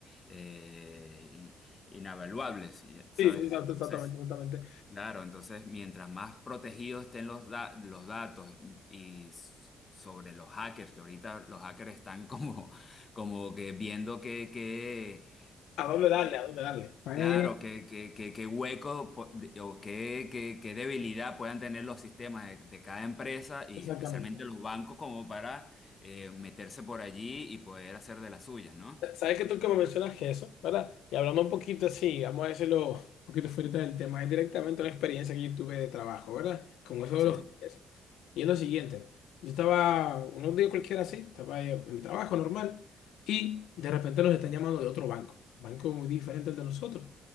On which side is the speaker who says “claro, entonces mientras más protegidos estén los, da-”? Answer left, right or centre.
Left